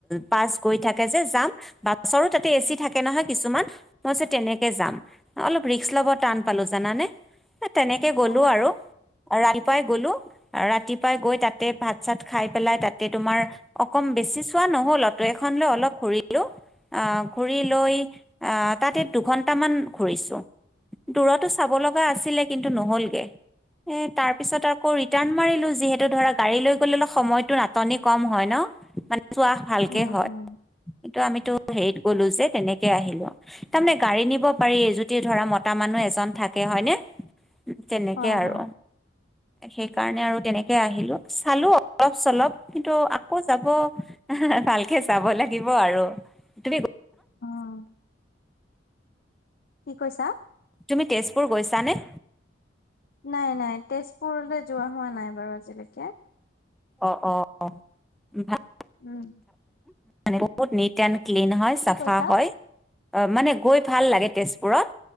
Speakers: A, in the centre; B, on the left (about 55°).
A: বাছ গৈ থাকে যে যাম, বা বাছৰো তাতে এচি
B: উম
A: থাকে নহয় কিছুমান মই পিচে তেনেকে যাম। অলপ ৰিস্ক লব টান পালো জানানে তেনেকে গ'লো
B: অ
A: আৰু, ৰাতিপুৱাই গ'লো। ৰাতিপুৱাই গৈ তাতে ভাত চাত খাই পেলাই তাতে তোমাৰ, অকম বেছি চোৱা নহ'ল অ'ট এখন লৈ অলপ ঘূৰি লো, অহ ঘূৰি লৈ, আহ তাতে দুঘন্টামান ঘুৰিছো। দূৰতো চাব লগা আছিলে কিন্তু নহ'লগে। এ, তাৰ পিছত আকৌ ৰিটাৰ্ণ মাৰিলো যিহেতু ধৰা গাড়ী লৈ ফুৰিবলৈ সময়টো নাটনি কম হয় ন? মানে - চোৱা ভালকে
B: উম
A: হয়।
B: উম
A: কিন্তু আমিতো হেৰিত গ'লো যে তেনেকে আহিলো- তাৰমানে গাড়ী নিব পাৰি যদি ধৰা মতা মানুহ এজন থাকে, হয় নে? উম, তেনেকে
B: হয়
A: আৰু।
B: হয়
A: সেই কাৰণে আৰু তেনেকে আহিলোঁ। চালো অলপ -চলপ। কিন্তু আকৌ যাব, ভালকে যাব লাগিব আৰু। তুমি
B: অঁ, কি কৈছা?
A: তুমি তেজপুৰ গৈছানে?
B: নাই- নাই, তেজপুৰলৈ যোৱা হোৱা নাই বাৰু আজিলৈকে।
A: অঁ, অঁ, অঁ, ভাল
B: উম
A: <inaudible> বহুত নিট এণ্ড ক্লিন হয়,
B: কি
A: চাফা
B: কৈছা
A: হয়। অঁ, মানে গৈ ভাল লাগে তেজপুৰত।